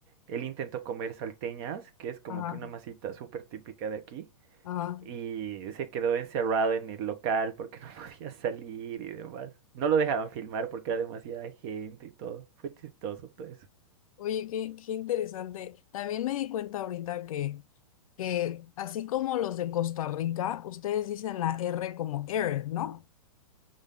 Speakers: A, on the right; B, on the left.
A: él intentó comer salteñas, que es como
B: Ajá,
A: que una masita súper típica de aquí,
B: ajá.
A: y se quedó encerrado en el local porque no <laughs> podía salir y demás. No lo dejaban filmar porque era demasiada gente y todo. Fue chistoso todo eso.
B: Oye, qué, qué interesante. También me di cuenta ahorita que, que así como los de Costa Rica, ustedes dicen la R como air, ¿no?